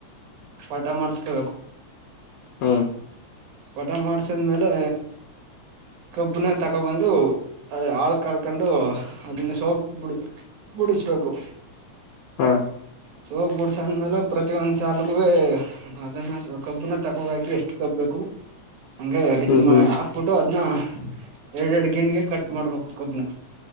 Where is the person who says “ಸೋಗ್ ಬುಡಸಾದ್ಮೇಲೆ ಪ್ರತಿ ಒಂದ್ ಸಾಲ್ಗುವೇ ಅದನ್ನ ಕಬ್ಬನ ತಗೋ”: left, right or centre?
Right